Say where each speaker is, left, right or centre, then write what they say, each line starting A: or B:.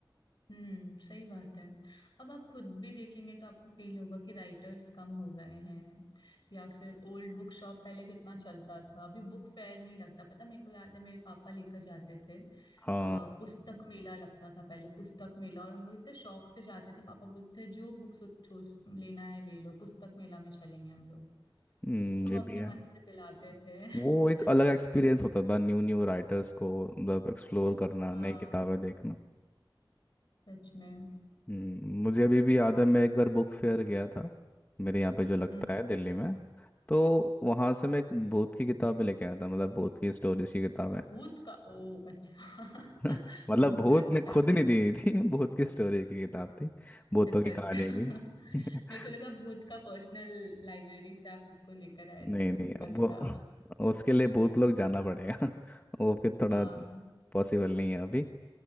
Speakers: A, on the left; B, on the left.
A: हम्म सही बात है अब आप खुद भी देखेंगे तो आपको फील होगा कि राइटर्स कम हो गए हैं या फिर ओल्ड बुक शॉप पहले कितना चलता था अभी बुक फेयर नहीं लगता पता मेरे को याद है मेरे पापा लेकर जाते थे अ,
B: हाँ।
A: पुस्तक मेला लगता था पहले पुस्तक मेला और हम लोग इतने शौक से जाते थे पापा बोलते थे जो बुक लेना है ले लो पुस्तक मेला में चलेंगे हम लोग
B: हम्म
A: तो वो
B: ये
A: अपने
B: भी है
A: मन से दिलाते थे <laughs>
B: वो एक अलग एक्सपीरियंस होता था न्यू न्यू राइटर्स को मतलब एक्सप्लोर करना
A: हाँ
B: नई किताबें देखना
A: सच में
B: हम्म मुझे अभी भी याद है मैं एक बार बुक फेयर गया था मेरे यहाँ पे जो लगता
A: हम्म
B: है दिल्ली में तो वहाँ से मैं एक भूत की किताबें लेके आया था मतलब भूत की स्टोरीज की किताबें
A: भूत का ओ अच्छा
B: <laughs>
A: <laughs>
B: मतलब
A: भूत
B: भूत
A: का
B: ने
A: किताब
B: खुद नहीं दी थी भूत की स्टोरी की किताब थी भूतों
A: अच्छा
B: की कहानी
A: अच्छा
B: की
A: <laughs>
B: <laughs>
A: मेरे को लगा भूत का पर्सनल लाइब्रेरी से आप उसको लेकर आए
B: नहीं
A: थे
B: नहीं
A: भूत का किताब
B: वो उसके लिए भूत लोग जाना पड़ेगा <laughs> वो फिर थोड़ा
A: <laughs> हाँ
B: पॉसिबल नहीं है अभी